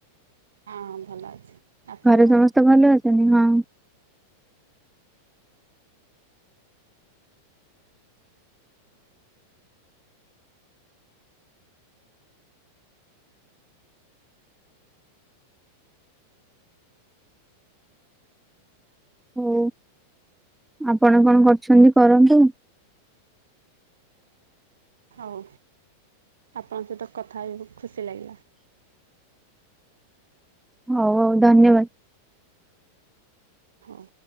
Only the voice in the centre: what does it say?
ଘରେ ସମସ୍ତେ ଭଲ ଅସଛନ୍ତି? ହିଁ। ହଉ ଆପଣ କଣ କରୁଛନ୍ତି କରନ୍ତୁ।
ହଉ ହଉ ଧନ୍ୟବାଦ।